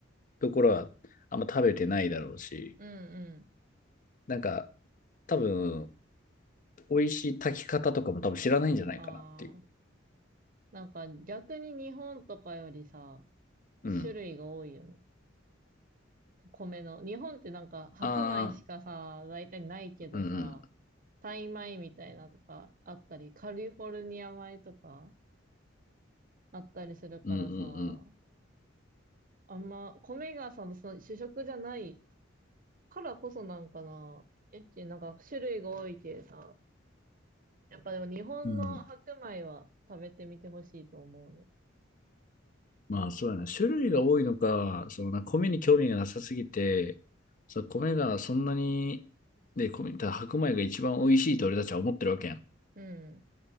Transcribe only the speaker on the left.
ところはあんま食べてないだろうし、
なんか多分美味しい炊き方とかも多分知らないんじゃないかなっていう。
うん。
ああ、
うんうん
うんうん
うん。うん。まあそうやな。種類が多いのか、
そのな、米に興味がなさすぎて、そう、米がそんなに、で、米、ただ白米が一番美味しいと俺たちは思ってるわけやん。